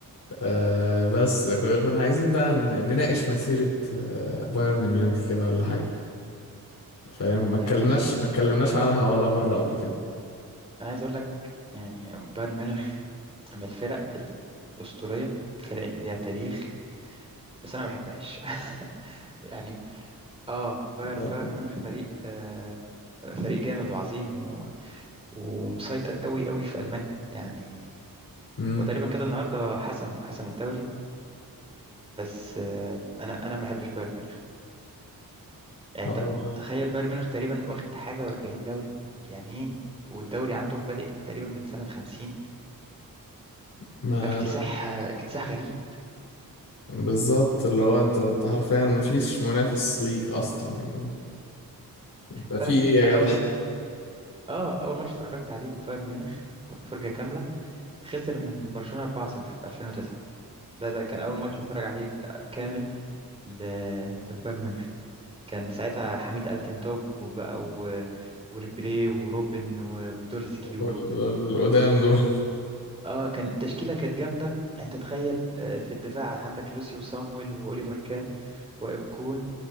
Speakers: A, on the left; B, on the right.
A: آه بس كنا كنا عايزين بقى ن- نناقش مسيرة آه بايرن ميونخ كده ولا حاجة فاهم ما اتكلمناش
B: يعني بص
A: ما اتكلمناش عنها ولا مرة قبل كده
B: انا عايز اقول لك يعني بايرن ميونخ من الفرق الاسطوريه الفرق اللي ليها تاريخ بس انا ما بحبهاش <laughs> يعني اه باير
A: لا،
B: بايرن ميونخ فريق آه فريق جامد وعظيم و... ومسيطر قوي قوي في المانيا يعني
A: امم
B: وتقريبا كده النهارده حسم حسم الدوري بس آه انا انا ما بحبش بايرن ميونخ يعني
A: هو
B: انت تخيل بايرن ميونخ تقريبا واخد حاجه و40 دوري يعني ايه والدوري عندهم بادئ تقريبا من سنه 50
A: ما
B: فاكتساح اكتساح غريب
A: بالظبط اللي هو انت أنت حرفيا مفيش منافس ليك اصلا يعني ده في
B: تعرف
A: ايه يا
B: انا اول
A: جدع
B: ماتش اه اول ماتش اتفرجت عليه لبايرن ميونخ فرجه كامله خسر من برشلونه 4-0 في 2009 ده ده كان اول ماتش اتفرج عليه ل- كامل ل- لبايرن ميونخ كان ساعتها حميد التنتوب وبقى و... وريبيري وروبن وبدولسكي
A: دول دول القدام دول
B: اه كان التشكيله كانت جامده يعني انت تخيل آه، في الدفاع عندك لوسيو وصامويل واوليفر كان واقف جون